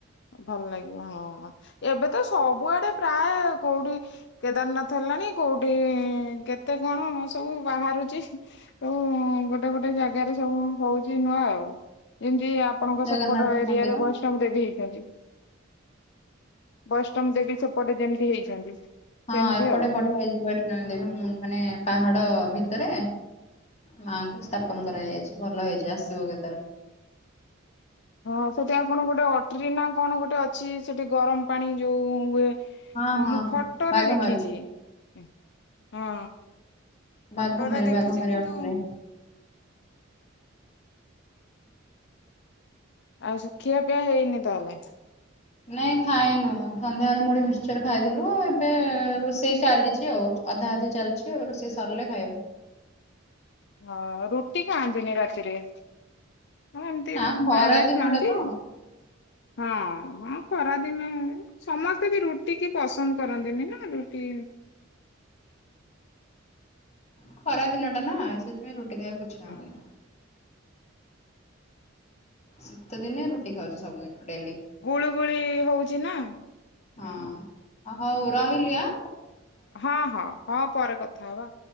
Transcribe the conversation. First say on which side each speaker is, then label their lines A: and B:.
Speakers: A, on the left; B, on the left.
A: ଭଲ ଲାଗିବ ହଁ ଏବେ ତ ସବୁଆଡେ ପ୍ରାୟ କୋଉଠି କେଦାରନାଥ ହେଲାଣି କୋଉଠି ଇ କେତେ କଣ ସବୁ ବାହାରୁଛି। ତ ଗୋଟେ ଗୋଟେ ଜାଗାରେ ସବୁ ହୋଉଛି ନୂଆ ଆଉ। ଯେମିତି ଆପ ଆପଣଙ୍କ
B: ଜଗନ୍ନାଥ
A: ସେପଟ ଏରିଆରେ
B: ମନ୍ଦିର
A: ବୈ ବୈଷ୍ଣ ଦେବୀ ହେଇଛନ୍ତି। ବୈଷ୍ଣବ ଦେବୀ ସେପଟେ ଯେମିତି ହେଇଛନ୍ତି।
B: ହଁ
A: ସେମିତି
B: ଏପଟେ
A: ଆଉ।
B: ବଢିଆ ହେଇଯିବ ବୈଷ୍ଣ ଦେବୀ ମୁ ମାନେ ପାହାଡ ଭିତରେ ମାଙ୍କୁ ସ୍ଥାପନ କରାଯାଇଛି ଭ। ଲ ହେଇଛି ଆସିବ କେତେବେଳେ।
A: ହଁ ସେଠି ଆଉ କଣ ଗୋଟେ ଅଟ୍ରି ନା କଣ ଗୋଟେ ଅଛି ସେଠି ଗରମ ପାଣି ଯୋଉ ହୁଏ?
B: ହଁ
A: ରୁ
B: ହଁ
A: ମୁଁ ଫଟୋରେ
B: ବାଘମାରି
A: ଦେଖିଛି। ହଁ। ଫଟୋରେ
B: ବାଘମାରି
A: ଦେଖିଛି,
B: ବାଘମାରି
A: କିନ୍ତୁ
B: ଅଟ୍ରି
A: ଆଉ ସେ ଖିଆ ପିଆ ହେଇନି ତାହେଲେ?
B: ନାଇଁ ଖାଇନୁ, ସନ୍ଧ୍ୟାବେଳେ ମୁଢି ମିକ୍ସଚର୍ ଖାଇଥିଲୁ ଏବେ ରୋଷେଇ ଚାଲିଛି ଆଉ। ଅଧା ଅଧି ଚାଲିଛି ଆଉ, ରୋଷେଇ ସରିଲେ ଖାଇବୁ।
A: ହଁ ରୁଟି ଖାଆନ୍ତିନି ରାତିରେ? ହଁ ଏମିତି
B: ନା ଖରା
A: ବେଳେ ବେଳେ
B: ଦିନଟା
A: ଖାଆନ୍ତି।
B: ତ
A: ହଁ ହଁ ଖରାଦିନେ ସମସ୍ତେ ବି ରୁଟି କି ପସନ୍ଦ କରନ୍ତିନି ନା ରୁଟି
B: ଖରା ଦିନ ଟା ନା ସେଥିପାଇଁ ରୁଟି ଖାଇବାକୁ ଇଛା
A: ହୁଁ
B: ହୋଉନି। ଶୀତ ଦିନେ ରୁଟି ଖାଉଛି ସବୁଦିନ୍ ଡେଲି।
A: ଗୁଳୁ ଗୁଳି ହୋଉଛି ନା।
B: ହଁ
A: ହୁଁ
B: ହୋଉ ରହିଲି ଆ।
A: ହଁ ହଁ। ହଁ ପରେ କଥା ହବା।